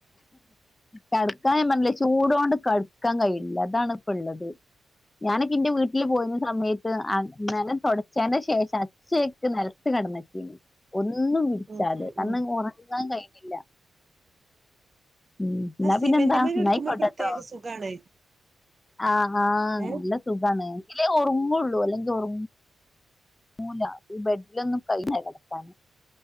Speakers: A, on the left; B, on the right.
A: കടക്കാൻ ഞാൻ പറഞ്ഞില്ലേ ചൂടോണ്ട് കടക്കാൻ കഴയില്ല അതാണ് ഇപ്പം ഉള്ളത് ഞാനൊക്കെ എന്റെ വീട്ടിൽ പോയിരുന്ന സമയത്ത് ആ നെലം തുടച്ചേന് ശേഷ അച്യൊക്ക് നെലം കിടന്നറ്റീന് ഒന്നും വിരിച്ചാതെ
B: ഉം ഉം
A: കാരണം
B: ഉം
A: ഉറങ്ങാൻ കഴിഞ്ഞില്ല ഉം ഇന്നാ
B: ആ സിമെന്റ്മേൽ
A: പിന്നെന്താ
B: കിടക്കുമ്പോ
A: ഇന്നായിക്കോട്ടെ
B: ഒരു പ്രത്യേക
A: കേട്ടോ
B: സുഖാണ്
A: ആഹ് ആഹ്
B: ഏ
A: നല്ല സുഖാണ് എങ്കിലേ ഒറങ്ങുള്ളൂ അല്ലെങ്കിൽ ഒറ ങ്ങുല്ല ഈ ബെഡിലൊന്നും കൈ മേല വെക്കാൻ-